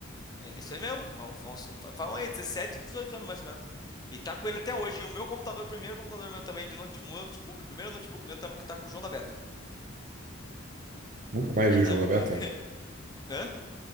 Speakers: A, on the left (about 20°); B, on the right (about 40°).
A: É isso aí mesmo. Falam, falam, falam aí, 17, 18 anos mais ou menos. E tá com ele até hoje. E o meu computador, primeiro computador meu também, de note- notebook, primeiro notebook meu tá, tá com o João da Beta.
B: Nunca
A: <laughs>
B: mais vi o João da Beta.
A: Hã?